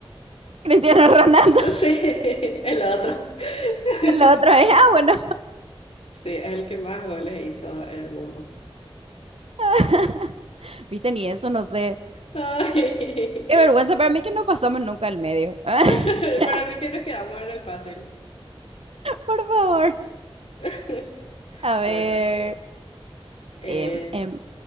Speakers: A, on the right; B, on the left.
A: Cristiano Ronaldo. <laughs>
B: Sí, <laughs> el otro. <laughs>
A: El otro es, ah, bueno.
B: Sí, es el que más goles hizo en el mundo.
A: <laughs> Viste, ni eso, no sé.
B: Ay,
A: Qué vergüenza para mí que no pasamos nunca al medio. <laughs>
B: <laughs> para mí que nos quedamos en el fácil.
A: Por favor.
B: <laughs>
A: A ver.
B: Bueno, Eh,
A: em, em,